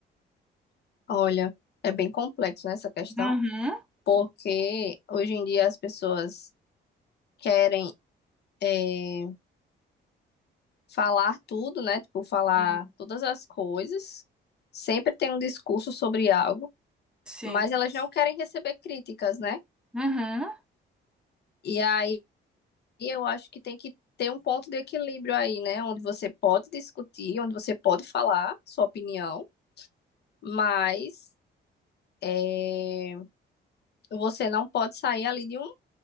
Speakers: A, on the left (about 55°); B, in the centre.
A: Olha, é bem complexo, né, essa questão,
B: Uhum.
A: porque hoje em dia as pessoas querem eh, falar tudo, né? Tipo, falar
B: Sim.
A: todas as coisas. Sempre tem um discurso sobre algo,
B: Sim.
A: mas elas não querem receber críticas, né?
B: Uhum.
A: E aí eu acho que tem que ter um ponto de equilíbrio aí, né? Onde você pode discutir, onde você pode falar sua opinião, mas eh, você não pode sair ali de um